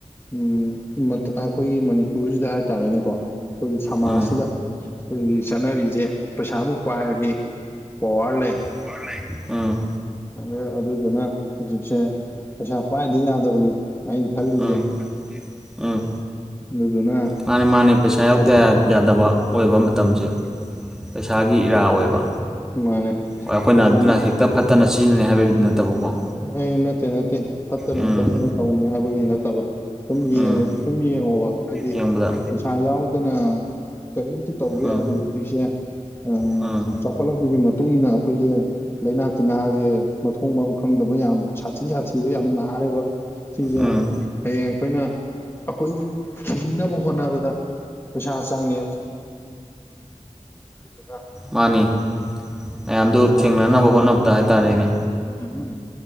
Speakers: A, on the left; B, in the centre.
A: ꯎꯝ ꯃꯠꯇ ꯑꯩꯈꯣꯏꯒꯤ ꯃꯅꯤꯄꯨꯔꯁꯤꯗ ꯍꯥꯏ ꯇꯥꯔꯦꯅꯦꯀꯣ ꯑꯩꯈꯣꯏꯒꯤ ꯁꯃꯥꯖꯁꯤꯗ
B: ꯎꯝ
A: ꯑꯩꯈꯣꯏꯒꯤ ꯆꯠꯅꯔꯤꯁꯦ ꯄꯩꯁꯥꯕꯨ ꯄꯥꯏꯔꯗꯤ ꯄꯋꯥꯔ ꯂꯩ
B: ꯄꯋꯥꯔ ꯂꯩ ꯎꯝ
A: ꯑꯗ ꯑꯗꯨꯗꯨꯅ ꯍꯧꯖꯤꯛꯁꯦ ꯄꯩꯁꯥ ꯄꯥꯏꯗ ꯌꯥꯗꯕꯅꯤ ꯑꯩꯅ ꯈꯜꯂꯤꯁꯦ
B: ꯎꯝ ꯎꯝ
A: ꯑꯗꯨꯗꯨꯅ
B: ꯃꯥꯅꯦ ꯃꯥꯅꯦ ꯄꯩꯁꯥ ꯌꯥꯎꯗ
A: ꯊꯕꯛ
B: ꯌꯥ ꯌꯥꯗꯕ ꯑꯣꯏꯕ ꯃꯇꯝꯁꯦ ꯄꯩꯁꯥꯒꯤ ꯏꯔꯥ ꯑꯣꯏꯕ
A: ꯃꯥꯟꯅꯦ <unintelligible>
B: ꯍꯣꯏ ꯑꯩꯈꯣꯏꯅ ꯑꯗꯨꯅ ꯍꯦꯛꯇ ꯐꯠꯇꯅ ꯁꯤꯖꯤꯟꯅꯅꯩ ꯍꯥꯏꯕꯒꯤ ꯅꯠꯇꯕꯀꯣ
A: ꯍꯣꯏ ꯅꯠꯇꯦ ꯅꯠꯇꯦ ꯐꯠꯇꯅ
B: ꯎꯝ
A: ꯈꯣꯠꯇꯅ ꯇꯧꯅꯤ ꯍꯥꯏꯕꯒꯤ ꯅꯠꯇꯕ ꯁꯨꯝ ꯌꯦꯡꯉꯨ
B: ꯎꯝ
A: ꯁꯨꯝ ꯌꯦꯡꯉꯣꯕ ꯍꯥꯏꯗꯤ
B: ꯌꯦꯡꯕꯗ
A: ꯄꯩꯁꯥ ꯌꯥꯎꯗꯅ ꯀꯔꯤꯝꯇ ꯇꯧꯕ
B: ꯎꯝ
A: ꯌꯥꯗꯦ ꯍꯧꯖꯤꯛꯁꯦ ꯑ
B: ꯎꯝ
A: ꯆꯥꯎꯈꯠꯂꯛꯄꯒꯤ ꯃꯇꯨꯡꯏꯟꯅ ꯑꯩꯈꯣꯏꯖꯦ ꯂꯥꯏꯅꯥ ꯇꯤꯟꯅꯥꯖꯦ ꯃꯊꯣꯡ ꯃꯔꯝ ꯈꯪꯗꯕ ꯌꯥꯝ ꯁꯥꯊꯤ ꯁꯥꯊꯤꯕ ꯌꯥꯝ ꯅꯥꯔꯦꯕ ꯁꯤꯁꯦ
B: ꯎꯝ
A: ꯍꯌꯦꯡ ꯑꯩꯈꯣꯏꯅ ꯑꯩꯈꯣꯏꯅ ꯍꯤꯡꯅꯕ ꯍꯣꯠꯅꯕꯗ ꯄꯩꯁꯥ ꯆꯪꯉꯦꯕ ꯁꯤꯗꯅ
B: ꯃꯥꯅꯦ ꯃꯌꯥꯝꯗꯨ
A: ꯄꯩꯁꯥ
B: ꯊꯦꯡꯅꯅꯕ ꯍꯣꯠꯅꯕꯗ ꯍꯥꯏꯇꯥꯔꯦꯅꯦ
A: ꯎꯍꯨꯝ